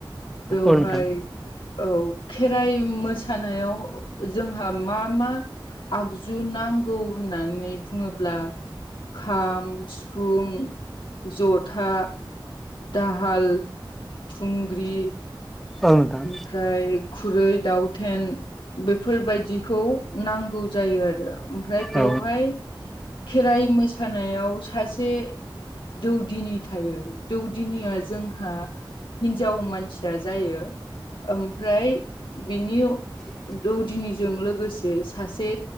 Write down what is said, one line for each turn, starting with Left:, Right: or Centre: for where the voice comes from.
Left: बेवहाय
Centre: औ नोंथां
Left: औ खेराइ मोसानायाव जोंहा मा मा आगजु नांगौ होननानै बुङोब्ला खाम सिफुं जथा दाहाल थुंग्रि
Centre: ओं नोंथां।
Left: ओमफ्राय खुरै दाउथेन बेफोरबायदिखौ नांगौ जायो आरो ओमफ्राय बेवहाय
Centre: औ
Left: खेराइ मोसानायाव सासे दौदिनि थायो दौदिनिया जोंहा हिन्जाव मानसिया जायो ओमफ्राय बिनि
Centre: <inaudible>
Left: दौदिनिजों लोगोसे सासे